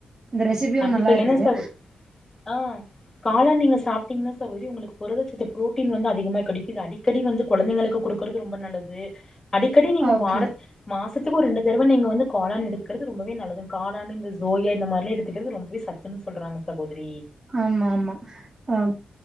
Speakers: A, on the right; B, on the left.
A: இந்த ரெசிபியு
B: கண்டிப்பா
A: நல்லா இருந்தது.
B: ஏன்னா சகோ ஆ காளான் நீங்க சாப்ட்டீங்கன்னா சகோதரி, உங்களுக்கு புரதச்சத் து ப்ரோட்டீன் வந்து அதிகமா கடைக்குது. அடிக்கடி வந்து குழந்தைங்களுக்கு கொடுக்கறது ரொம்ப நல்லது. அடிக்கடி நீங்க
A: ஓகே
B: வாரத் மாசத் துக்கு ஒரு இரண்டு தடவ நீங்க வந்து காளான் எடுக்கிறது ரொம்பவே நல்லது. காளான் இந்த சோயா இந்த மாறிலா எடுத் துக்கிறது ரொம்பவே சத்துன்னு சொல்றாங்க சகோதரி
A: ஆமா ஆமா ஆ